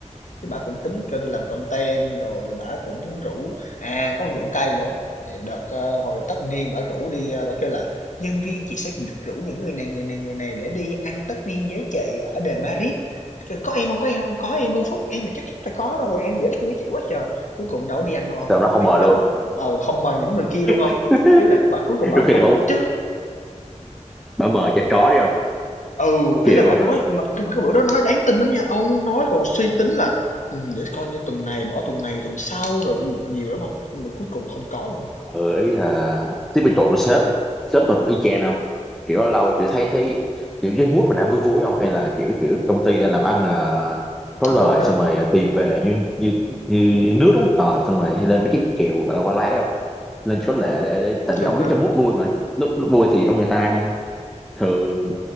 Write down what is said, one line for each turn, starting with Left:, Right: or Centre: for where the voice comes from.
Left: cái bả cũng tính kêu tôi làm content rồi bả cũng rủ à, có một vụ cay nữa. Đợt, ờ, hồi tất niên bả rủ đi, a, bả kêu là "Nhân viên chị sẽ rủ những người này, người này, người này để đi ăn tất niên với chị ở đền Madrid." Kêu "Có em không có em không "Có em luôn Phúc, em là chắc chắn phải có rồi, em dễ thương với chị quá trời." Cuối cùng đâu có đi ăn đâu ông,
Centre: tụi đó không
Left: mấy
Centre: mời
Left: người đó,
Centre: luôn
Left: ừ, không mời những người kia luôn không
Centre: <laughs>
Left: Ý là bà cuối cùng bảo
Centre: đôi khi
Left: không
Centre: là bảo
Left: tổ chức
Centre: bảo mời cho chó đi không
Left: Ừ,
Centre: chịu
Left: ý là bà
Centre: rồi
Left: nói
Centre: không
Left: mà nhưng mà cái bữa đó nói đáng tin lắm nha, ông nói còn suy tính là "Ừm, để coi như tuần này bỏ tuần này tuần sau rồi gì nhiều lắm không Nhưng mà cuối cùng không có luôn
Centre: ừ ý là tiếp bị trội của sếp sếp tôi cũng y chang không kiểu lâu lâu chị thấy thấy kiểu dưới mút mình đang vui vui không hay là kiểu kiểu công ty đang làm ăn à, có lời
Left: Đúng rồi
Centre: xong
Left: hông?
Centre: rồi ờ, tiền về như như như nước á Ờ, xong rồi hay lên mấy cái kiểu gọi là qua la đấy không lên có lệ để, để tại vì
Left: đúng
Centre: ông biết
Left: rồi
Centre: trong mút vui mà lúc, lúc vui thì trong người ta thường